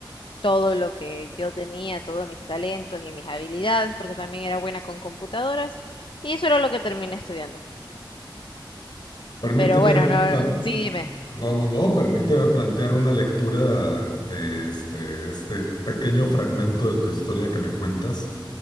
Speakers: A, on the left (about 85°); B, on the left (about 65°).
A: todo lo que yo tenía, todos mis talentos y mis habilidades, porque también era buena con computadoras. Y eso era lo que terminé estudiando.
B: Permíteme,
A: Pero bueno, no,
B: plan-
A: sí, dime.
B: no, no, no, permíteme plantear una lectura de este, este pequeño fragmento de tu historia que me cuentas.